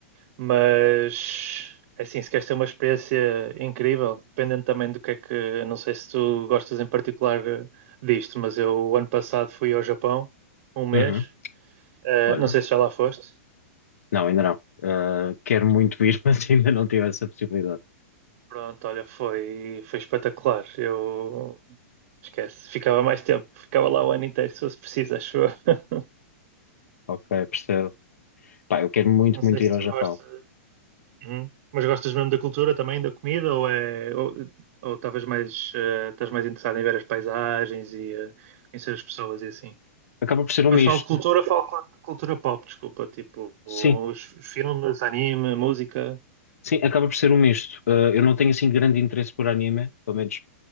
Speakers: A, on the right (about 50°); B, on the left (about 80°).
A: Mas, é assim, se queres ter uma experiência incrível, dependendo também do que é que, não sei se tu gostas em particular eh, disto, mas eu, o ano passado, fui ao Japão, um mês.
B: Uhum.
A: Eh,
B: Olha,
A: não sei se já lá foste.
B: não, ainda não. Ah, quero muito ir, <laughs> mas ainda não tive essa possibilidade.
A: Pronto, olha, foi, foi espetacular. Eu Esquece. Ficava mais tempo. Ficava lá o ano inteiro, se fosse preciso, acho eu. <laughs>
B: Ok, percebo. Pá, eu quero muito,
A: Não sei
B: muito
A: se
B: ir ao
A: tu
B: Japão.
A: gostas. Uhum. Mas gostas mesmo da cultura também, da comida, ou é ou, ou estavas mais, eh, estás mais interessado em ver as paisagens e eh, em as pessoas e assim?
B: Acaba por ser um
A: Quando
B: misto.
A: falo de cultura, falo cu- cultura pop, desculpa, tipo os
B: Sim,
A: filmes, anime, música.
B: sim, acaba por ser um misto. Ah, eu não tenho assim grande interesse por anime, pelo menos